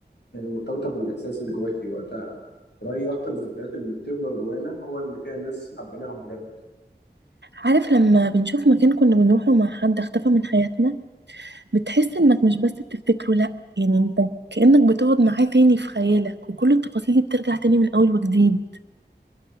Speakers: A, on the left (about 80°); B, on the right (about 80°).
A: يعني مرتبطة بالإحساس اللي جواكي وقتها رأيي أكتر الذكريات اللي بتفضل جوانا هو اللي فيها ناس حبيناهم بجد
B: عارف لما بنشوف مكان كنا بنروحه مع حد اختفى من حياتنا بتحس انك مش بس بتفتكره لا يعني انت كأنك بتقعد معاه تاني في خيالك وكل التفاصيل دي بترجع تاني من اول وجديد